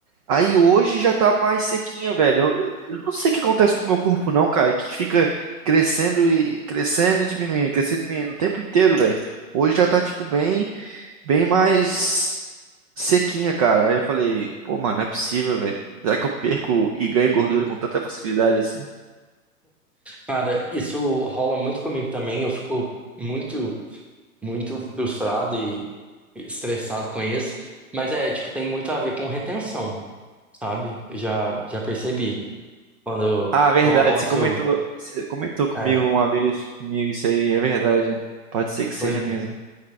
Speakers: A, on the right; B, in the centre.
A: Aí hoje já tá mais sequinha, velho. Eu, eu- eu não sei o que acontece com o meu corpo, não, cara, que fica crescendo e crescendo e diminuindo, crescendo e diminuindo o tempo inteiro, velho. Hoje já tá tipo bem, bem mais sequinha, cara. Aí eu falei, pô, mano, não é possível, velho. Será que eu perco e ganho gordura com tanta facilidade assim?
B: Cara, isso rola muito comigo também. Eu fico muito, muito frustrado e estressado com isso. Mas é, tipo, tem muito a ver com retenção, sabe? Eu já, já percebi. Quando
A: Ah, verdade,
B: eu almoço,
A: você comentou, você comentou comigo
B: é,
A: uma vez, comigo isso aí, é verdade. né? Pode ser que seja
B: pois,
A: mesmo.
B: é.